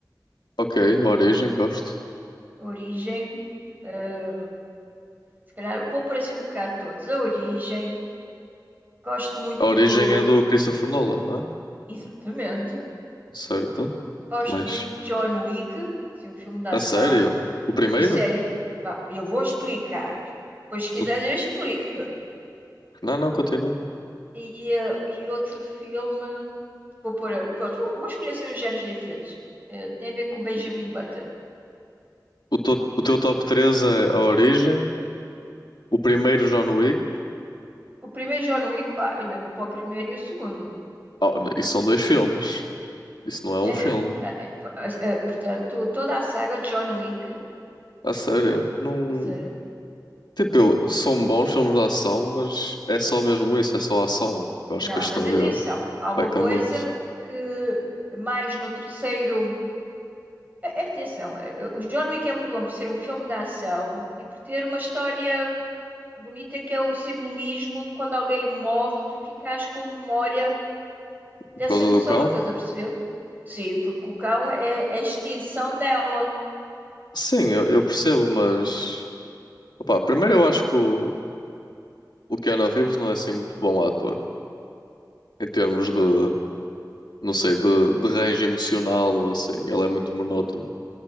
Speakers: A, on the left; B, on the right.
A: Ok, A Origem, gosto.
B: A Origem. eh, Se calhar vou pôr assim um bocado todos. A Origem. Gosto muito
A: A Origem
B: do.
A: é do Christopher Nolan, não é?
B: Exatamente.
A: Certo.
B: Gosto
A: Mas,
B: muito de John Wick, assim, um filme de ação.
A: a sério? O primeiro?
B: A sério, vá, eu vou explicar. Pois se quiseres,
A: O-
B: eu explico-te.
A: Não, não, continua.
B: E, eh, e outro filme. Vou pôr. eh, Pronto, vou, vou escolher assim uns géneros diferentes. Eh, tem a ver com Benjamin Button.
A: O, to- o teu top três é A Origem, o primeiro John Wick.
B: O primeiro John Wick, ah, ainda vou para o primeiro e o segundo.
A: Oh, isso são dois filmes. Isso não é um
B: É,
A: filme.
B: é, é, é, é, portanto, toda a saga de John Wick,
A: A sério? Não...
B: a sério.
A: Tipo, eu- são bons filmes de ação, mas é só mesmo isso, é só ação. Tipo, acho
B: Não,
A: que a história...
B: mas atenção, há uma
A: peca
B: coisa
A: muito
B: que mais no terceiro. a- Atenção, eh, eh, o John Wick é muito bom por ser um filme de ação e por ter uma história bonita que é o simbolismo de quando alguém morre, tu ficas com a memória
A: por
B: dessa
A: causa
B: pessoa,
A: do cão.
B: estás a perceber? Sim, porque o cão é, é a extinção dela.
A: Sim, eu, eu percebo, mas opá, primeiro eu acho que o, o Keanu Reeves não é assim muito bom ator em termos de, não sei, de, de range emocional ou assim. Ele é muito monótono.